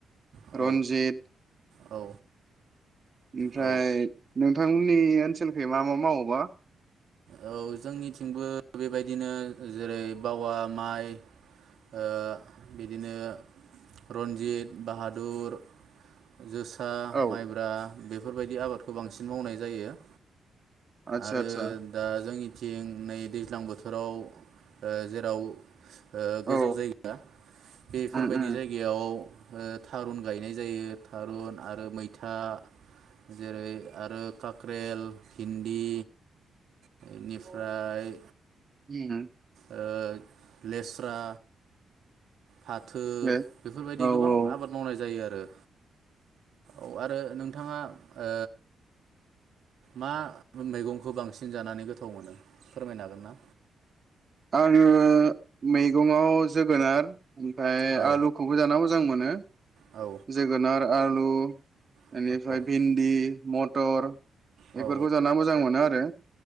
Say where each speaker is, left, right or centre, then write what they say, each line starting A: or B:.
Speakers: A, on the right; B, on the right.
A: औ
B: रनजित
A: औ
B: ओमफ्राय
A: औ
B: नोंथांमोन मोननि ओनसोलखि मा मा मावोबा?
A: औ जोंनिथिंबो बेबायदिनो जेरै बावा माइ ओ बिदिनो रन्जित बाहादुर जोसा
B: औ
A: माइब्रा बेफोरबायदि आबादखौ बांसिन मावनाय जायो
B: आतसा
A: आरो
B: आतसा
A: दा जोंनिथिं नै दैज्लां बोथोराव ओ जेराव ओ
B: औ
A: गोजौ जायगा बेफोरबायदि
B: उम उम
A: जायगायाव ओ थारुन गायनाय जायो थारुन आरो मैथा जेरै आरो कक्रेल फिन्दी बेनिफ्राय
B: औ उम
A: ओ लेस्रा फाथो
B: दे
A: बेफोरबायदि
B: औ
A: गोबां
B: औ
A: आबाद मावनाय जायो आरो। औ आरो नोंथाङा ओ मा मैगं खौ बांसिन जानानै गोथाव मोनो फोरमायनो हागोन ना
B: आङो मैगंआव जोगोनार ओमफ्राय
A: औ
B: आलुखौबो जाना मो मोजां मोनो।
A: औ
B: जोगोनार आलु
A: औ
B: बेनिफ्राय भिन्दि, मथर बेफोरखौ
A: औ
B: जाना मोजां मोनो आरो